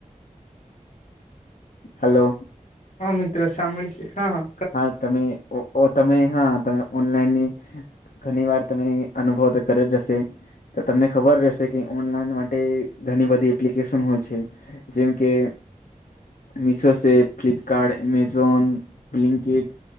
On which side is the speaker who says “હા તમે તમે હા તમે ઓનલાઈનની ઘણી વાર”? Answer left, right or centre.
Left